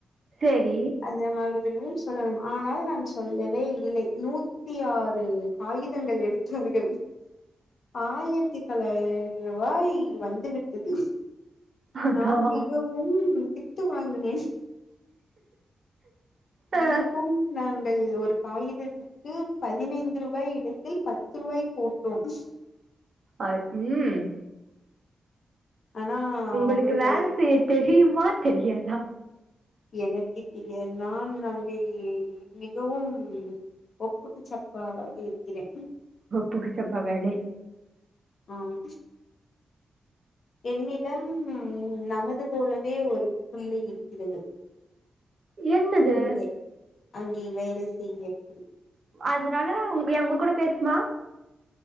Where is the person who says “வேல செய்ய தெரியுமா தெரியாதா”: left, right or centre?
Right